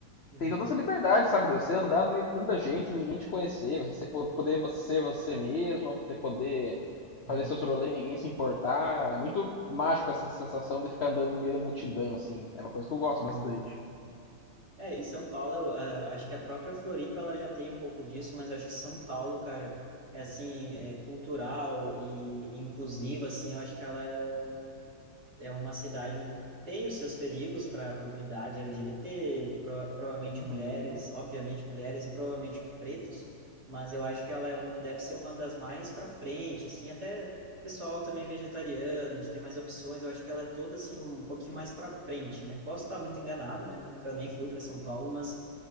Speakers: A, on the right; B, on the left.
A: uhum,
B: tem toda essa liberdade, sabe? De você andar no meio de tanta gente, ninguém te conhecer, você poder ser você mesmo, você poder
A: uhum,
B: fazer seus rolês e ninguém se importar. É muito mágico essa sensação de ficar andando no meio da multidão, assim. É uma coisa que eu gosto
A: uhum,
B: bastante.
A: uhum. É, e São Paulo, ah, acho que a própria Floripa ela já tem um pouco disso, mas acho que São Paulo, cara, é assim, é cultural e, e inclusiva, assim, eu acho que ela é é uma cidade mu- tem os seus perigos para a comunidade LGBT, pro, provavelmente
B: Uhum.
A: mulheres, obviamente mulheres e provavelmente pretos, mas eu acho que ela é um, deve ser uma das mais para frente, assim, até pessoal também vegetariano, de ter mais opções, eu acho que ela é toda assim um pouquinho mais para frente, né? Posso estar muito enganado, né? Nunca nem fui para São Paulo, mas